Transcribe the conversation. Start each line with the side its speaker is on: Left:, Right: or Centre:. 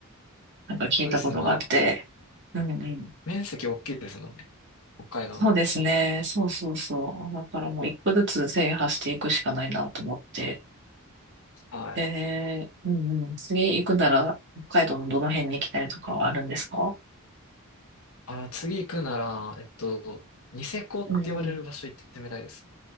Right: なんか聞いたことがあって。
Left: そうですね。まあ、
Right: うんうん。
Left: 面積大きいですもんね。北海道の。
Right: そうですね。そうそうそう。だからもう一個ずつ制覇していくしかないなと思って。
Left: はい。
Right: で、うんうん。次行くなら北海道のどの辺に行きたいとかはあるんですか
Left: あー、次行くなら、えっと、ニセコって言われる場所行ってみたいですね。
Right: うんうん